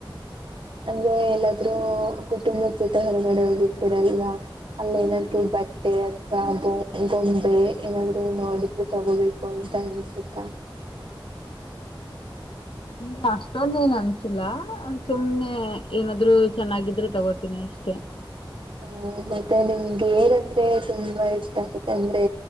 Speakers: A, on the right; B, on the left.
A: ಅಂದ್ರೆ ಎಲ್ಲಾದ್ರೂ ಕುಟುಂಬದ ಜೊತೆ ಹೊರಗಡೆ ಹೋಗಿರ್ತೀರಲ್ವಾ ಅಲ್ಲಿ ಏನಾದ್ರು ಬಟ್ಟೆ ಬ್ಯಾಗು ಗೊಂಬೆ ಏನಾದ್ರು ನೋಡಿದ್ರೆ ತಗೋಬೇಕು ಅಂತ ಅನ್ಸುತ್ತ
B: ಹಾ ಅಷ್ಟೊಂದ್ ಏನ್ ಅನ್ಸಿಲ್ಲ ಸುಮ್ನೆ ಏನಾದ್ರು ಚೆನ್ನಾಗಿದ್ರೆ ತಗೋತೀನಿ ಅಷ್ಟೆ
A: ಹಾ ಮತ್ತೆ ನಿಮ್ಗೆ ಏನಂದ್ರೆ ತುಂಬಾ ಇಷ್ಟ ಆಗುತ್ತೆ ಅಂದ್ರೆ